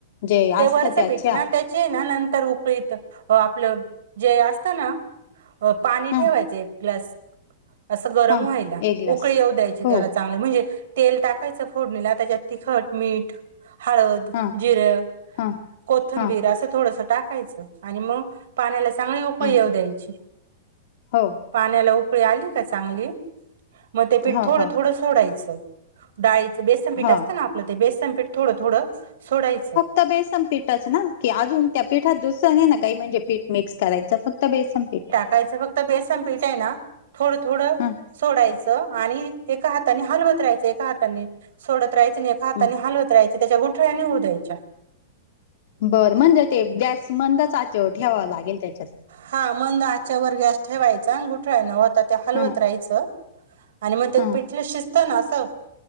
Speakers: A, on the left; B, on the right.
A: जे
B: ते
A: असतं
B: वर्सपीठ
A: त्याच्या
B: ना त्याचे ना नंतर उकळीत आपलं जे असतं ना अ पाणी
A: ह
B: ठेवायच एक ग्लास. असं गरम
A: हा
B: व्हायला
A: एक ग्लास
B: उकळी येऊ द्यायची
A: हो
B: त्याला चांग म्हणजे तेल टाकायचं फोडणीला त्याच्यात तिखट मीट, हळद,
A: हा
B: जिर.
A: हा.
B: कोथंबीर
A: हा
B: असं थोडसं टाकायचं आणि मग पाण्याला चांगली उकळी
A: ह
B: येऊ द्यायची.
A: हो.
B: पाण्याला उकळी आली का चांगली, मग ते पीठ
A: हो
B: थोडं
A: हो
B: थोडं सोडायचं. डाळीचं बेसनपीठ
A: हा
B: असतं ना आपलं ते बेसनपीठ थोडं थोडं सोडायचं.
A: ते बेसन पीठच ना की अजून त्या पीठात दुसरं नाही ना काही म्हणजे पीठ. मिक्स करायचं फक्त बेसन पीठ.
B: खायच फक्त बेसन पिटाय ना थोडं-थोडं
A: हा
B: सोडायचं आणि एका हाताने हलवत राहायचं, एका हाताने सोडत राहाचं आणि एका हाताने
A: हा
B: हलवत राहायच. त्याच्या गुठळ्या निघु द्यायच्या.
A: बरं म्हणजे ते गॅस मंद‌ आचेवर ठेवावं लागेल त्या.
B: हा मंद आच्यावर गॅस ठेवायचा गुठळायन होता ते हलवत
A: हं
B: राहायचं. आणि मग ते
A: हं
B: पिठलं शिजतं ना असं